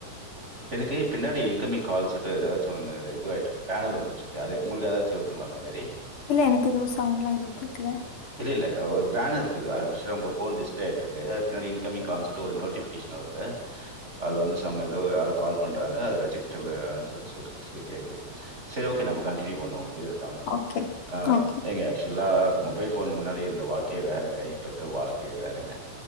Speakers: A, on the right (about 15°); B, on the left (about 60°).
A: எனக்கு பின்னாடி இன்கமிங் கால்ஸ்ட்டு ஏதாச்சு வந்து இதுவாயட்ருக்கு பேனர் வந்துட்ருக்கு அது உங்களுக்கு ஏதாச்சு வருதுங்ள அந்த மேரி
B: இல்ல எனக்கு எதுவு சாங்லா எதுவு கேக்கல
A: இது இல்ல ஒரு பேனர் இருக்குது அது விஷ்வலா உங்க ஃபோன் டிஸ்பிளே ஆய்கிட்டு இருக்குது பின்னடி இன்கமிங் கால்ஸ்னு சொல்டு ஒரு நோட்டிபிகேஷன் வருது அது வந்து சம்ம இது யாரோ கால் பண்றாங்க அது ரெஜெக்ட்வு சொல் சொல்ட்டு கேக்குது சரி ஓகே நம்ம கண்ட்னியூ பண்ணுவோ இது சம்பந்தமா
B: ஓகே,
A: அ
B: ஓகே.
A: ஐங்க ஆக்சுவலா மொபைல் போன் முன்னாடி இருந்த வாழ்க்கையே வேறங்க இப்போ இருக்க வாழ்க்கையே வேறங்க